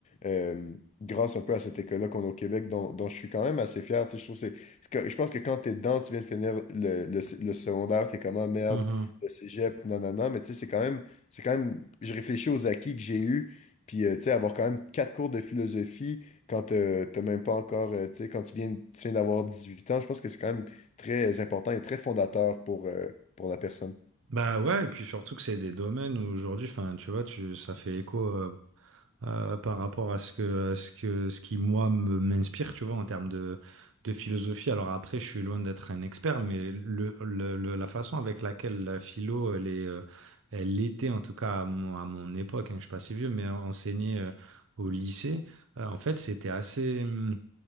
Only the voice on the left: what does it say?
euh, grâce un peu à cette école-là qu'on a au Québec, dont, dont je suis quand même assez fier. Tu sais, je trouve que c'est- c'est que- je pense que quand t'es es dedans, tu viens de finir le, le, le secondaire, t'es comme, ah merde,
le cégep, nanana, mais tu sais, c'est quand même c'est quand même, je réfléchis aux acquis que j'ai eus, puis euh, tu sais, avoir quand même quatre cours de philosophie quand euh, t'as même pas encore, euh, tu sais, quand tu viens, tu viens d'avoir 18 ans, je pense que c'est quand même très important et très fondateur pour, euh, pour la personne.